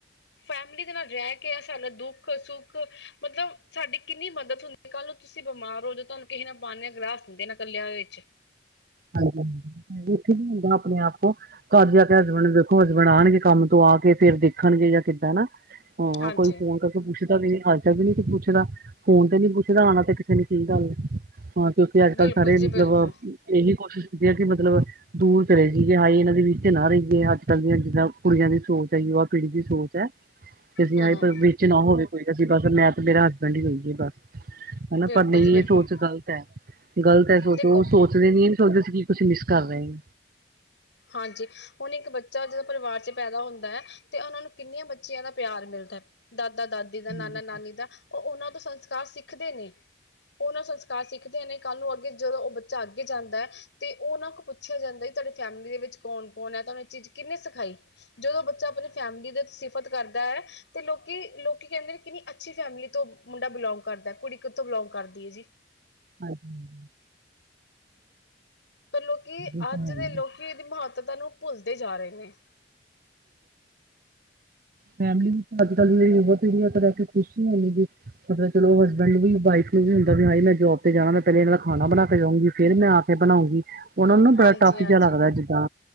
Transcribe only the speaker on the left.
ਫੈਮਿਲੀ ਦੇ ਨਾਲ ਰਹਿਕੇ, ਆ ਸਾਨਾ ਦੁੱਖ ਦੁਖ-ਸੁੱਖ, ਮਤਲਬ ਸਾਡੀ ਕਿੰਨੀ ਮਦਦ ਹੁੰਦੀ ਕੱਲ ਨੂੰ ਤੁਸੀਂ ਬਿਮਾਰ ਹੋਜੋ, ਤੁਹਾਨੂੰ ਕਿਹੇ ਨੇ ਪਾਣੀ ਦਾ ਗਲਾਸ ਨਹੀਂ ਦੇਣਾ, ਕੱਲਿਆਂ ਦੇ ਵਿੱਚ।
ਹਾਂਜੀ
ਬਿਲਕੁਲ
ਜੀ
ਬਿਲਕੁਲ
ਹੂੰ
ਬਿਲਕੁਲ
ਜੀ
ਬਿਲਕੁਲ
ਦੇਖੋ
ਹਾਂਜੀ, ਹੁਣ ਇੱਕ ਬੱਚਾ ਜਦੋ ਪਰਿਵਾਰ'ਚ ਪੈਦਾ ਹੁੰਦਾ, ਤੇ ਉਹਨਾਂ ਨੂੰ ਕਿੰਨੀਆਂ ਬੱਚਿਆਂ ਦਾ ਪਿਆਰ ਮਿਲਦੈ, ਦਾਦਾ-ਦਾਦੀ
ਦਾ, ਨਾਨਾ-ਨਾਨੀ ਦਾ ਉਹ, ਉਹਨਾਂ ਤੋਂ ਸੰਸਕਾਰ ਸਿੱਖਦੇ ਨੇ ਉਹਨਾਂ ਸੰਸਕਾਰ ਸਿੱਖਦੇ ਨੇ। ਕੱਲ੍ਹ ਨੂੰ ਅੱਗੇ ਜਦੋਂ ਉਹ ਬੱਚਾ ਅੱਗੇ ਜਾਂਦਾ ਐ, ਤੇ ਉਹਨਾਂ ਕੋਲ ਪੁੱਛਿਆ ਜਾਂਦਾ ਤੁਹਾਡੇ ਫੈਮਲੀ ਦੇ ਵਿੱਚ ਕੌਣ-ਕੌਣ ਐ, ਤਾਂਹਨੁ ਇਹ ਚੀਜ਼ ਕਿੰਨੇ ਸਿਖਾਈ, ਜਦੋਂ ਬੱਚਾ ਆਪਣੀ ਫੈਮਿਲੀ ਦੇ ਫਤ ਕਰਦਾ, ਤੇ ਲੋਕੀ, ਲੋਕੀ ਕਹਿੰਦੇ ਨੇ ਕਿੰਨੀ ਅੱ ਅੱਛੀ ਫੈਮਿਲੀ ਤੋਂ ਮੁੰਡਾ ਬਿਲੋਂਗ ਕਰਦਾ, ਕੁੜੀ ਕਿੱਥੋਂ ਬਿਲੋਂਗ ਕਰਦੀ ਏ ਜੀ।
ਪਰ ਲੋਕੀ,
ਅੱਜ
ਦੇ
ਲੋਕੀ
ਇਹਦੀ ਮਹੱਤਤਾ ਨੂੰ ਭੁੱਲਦੇ ਜਾ ਰਹੇ ਨੇ।
ਹਾਂਜੀ
ਹਾਂਜੀ।